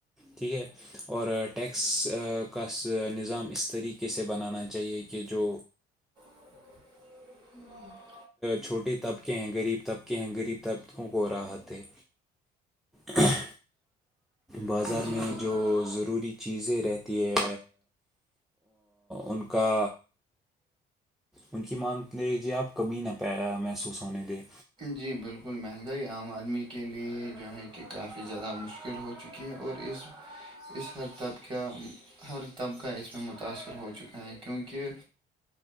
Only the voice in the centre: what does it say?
ٹھیک ہے اور ٹیکس کا نظام اس طریقے کسے بنانا چاہیے کہ جو
چھوٹے طبقے ہیں غریب طبقے ہیں غریب طبقوں کو راحت دے ہاں بازار
میں
جو ضروری چیزیں رہتی ہے ان کا ان کی مان لیجیے آپ کمی نہ پ محسوس ہونے دیں